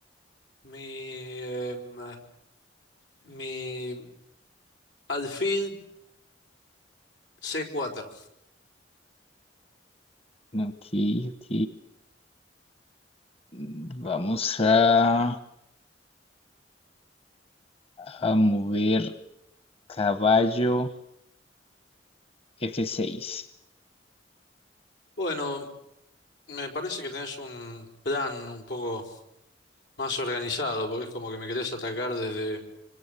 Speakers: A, on the left (about 85°); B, on the left (about 35°).
A: mi, em, mi alfil c cuatro.
B: Ok, ok, Mm, vamos a... A mover caballo F6.
A: Bueno, me parece que tenés un plan un poco más organizado, porque es como que me querés atacar desde